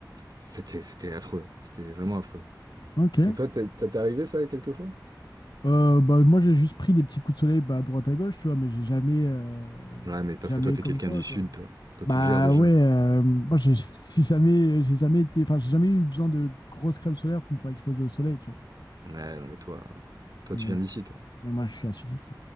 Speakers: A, on the right; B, on the left.
A: c'était, c'était affreux. C'était vraiment affreux.
B: Ok.
A: Et toi, t'es- ça t'est arrivé ça quelquefois?
B: Euh, bah, moi, j'ai juste pris des petits coups de soleil bah, à droite à gauche, tu vois, mais j'ai jamais, euh,
A: Ouais, mais
B: jamais
A: parce que toi, t'es
B: comme
A: quelqu'un
B: toi,
A: du
B: quoi.
A: sud, toi. Toi,
B: Bah
A: tu gères déjà.
B: ouais, euh, moi, j'ai j'ai jamais, j'ai jamais été, enfin, j'ai jamais eu besoin de grosses crèmes solaires pour me faire exploser au soleil, tu
A: Ouais, non, mais toi, toi,
B: vois.
A: tu
B: Et,
A: viens d'ici, toi.
B: et moi, je suis un sudiste.